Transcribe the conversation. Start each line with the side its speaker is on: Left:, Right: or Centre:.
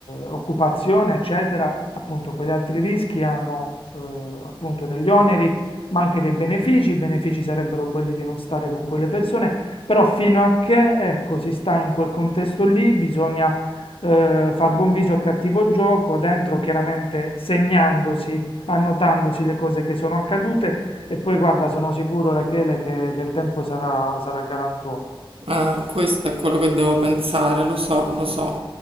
Left: occupazione, eccetera, appunto, quegli altri rischi hanno eh, appunto degli oneri ma anche dei benefici. I benefici sarebbero quelli di non stare con quelle persone, però fino a che, ecco, si sta in quel contesto lì, bisogna eh, far buon viso al cattivo gioco, dentro chiaramente segnandosi, annotandosi le cose che sono accadute e poi guarda, sono sicuro Rachele che, che il tempo sarà, sarà galantuomo.
Right: Eh, questo è quello che devo pensare, lo so, lo so.